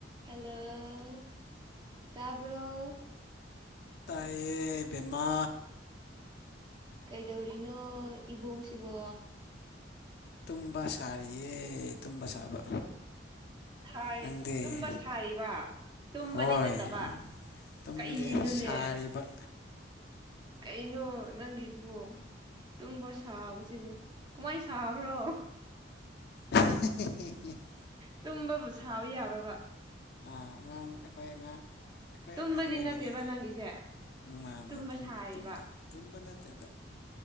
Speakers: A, on the right (about 25°); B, on the left (about 60°).
A: hello ꯇꯥꯕ꯭ꯔꯣ
B: ꯇꯥꯏꯌꯦ ꯕꯦꯝꯃꯥ
A: ꯀꯩꯗꯧꯔꯤꯅꯣ ꯏꯕꯨꯡꯁꯤꯕꯣ
B: ꯇꯨꯝꯕ ꯁꯥꯔꯤꯌꯦ ꯇꯨꯝꯕ ꯁꯥꯕ
A: ꯁꯥꯏ
B: ꯅꯪꯗꯤ
A: ꯇꯨꯝꯕ ꯁꯥꯔꯤꯕ ꯇꯨꯝꯕꯗꯤ
B: ꯍꯣꯏ
A: ꯅꯠꯇꯕ
B: ꯇꯨꯝꯗꯦ
A: ꯀꯩꯅꯣꯅꯦ
B: ꯁꯥꯔꯤꯕ
A: ꯀꯩꯅꯣ ꯅꯪꯒꯤꯁꯤꯕꯨ ꯇꯨꯝꯕ ꯁꯥꯕꯁꯤꯕꯨ ꯀꯃꯥꯏꯅ ꯁꯥꯕ꯭ꯔꯣ ꯎ
B: <inaudible>
A: ꯇꯨꯝꯕꯕꯨ ꯁꯥꯕ ꯌꯥꯕ꯭ꯔꯥꯕ
B: ꯑꯥ ꯑꯉꯥꯡ ꯑꯩꯈꯣꯏ ꯑꯉꯥꯡ ꯑꯩꯈꯣꯏ
A: ꯇꯨꯝꯕꯗꯤ
B: ꯑꯉꯥꯡ ꯑꯣꯏꯔꯤꯉꯩ
A: ꯅꯠꯇꯦꯕ ꯅꯪꯒꯤꯁꯦ
B: ꯃꯥꯅꯦ
A: ꯇꯨꯝꯕ
B: ꯇꯨꯝ
A: ꯁꯥꯔꯤꯕ
B: ꯇꯨꯝꯅ ꯇꯨꯝꯕ ꯅꯠꯇꯦꯗ